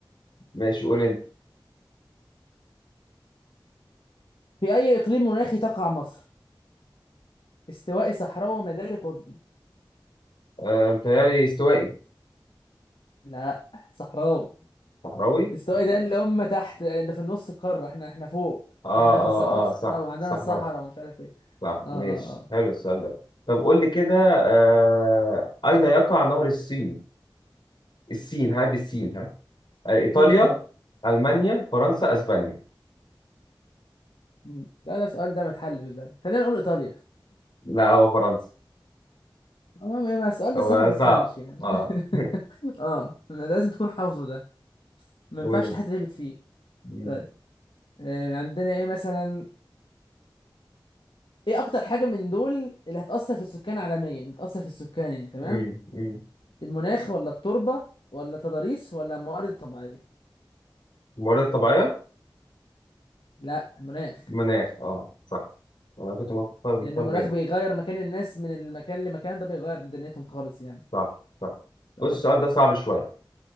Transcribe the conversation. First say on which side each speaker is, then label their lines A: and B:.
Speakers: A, on the left; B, on the left.
A: ماشي قول انت
B: في اي اقليم مناخي تقع مصر استوائي صحراوي ومداري قطبي
A: آه متهيألي استوائي
B: لا صحراوي
A: صحراوي
B: استوائي ده اللي هم تحت اللي في النص القارة احنا احنا فوق
A: اه
B: فاحنا
A: اه
B: في الس- يعتبر صحراء
A: اه صح
B: وعندنا
A: صحراوي
B: الصحراء ومش عارف ايه
A: صح
B: اه اه
A: ماشي
B: اه
A: حلو السؤال ده طب قول لي كده آه أين يقع نهر السين السين ها بالسين ها آه إيطاليا
B: امم
A: ألمانيا فرنسا أسبانيا
B: امم لا ده السؤال ده ما يتحلش ده خلينا نقول ايطاليا
A: لا هو فرنسا
B: هو ما ما السؤال ده
A: هو
B: الصراحة ما
A: صعب
B: يتحلش يعني
A: اه
B: <laughs>
A: <laughs>
B: اه ده لازم تكون حافظه ده ما
A: قول
B: ينفعش
A: انت
B: تحتربت فيه
A: مم،
B: طيب آه عندنا ايه مثلا ايه اكتر حاجة من دول اللي هتأثر في السكان عالميا بتأثر في السكان يعني تمام
A: مم، مم.
B: المناخ ولا التربة ولا التضاريس ولا الموارد الطبيعية
A: الموارد الطبيعية
B: لا المناخ
A: مناخ اه صح انا كنت مختار مختار
B: لأنه المناخ
A: بينك
B: بيغير مكان الناس من المكان لمكان ده بيغير دنيتهم خالص يعني
A: صح صح
B: طيب
A: بص السؤال ده صعب شوية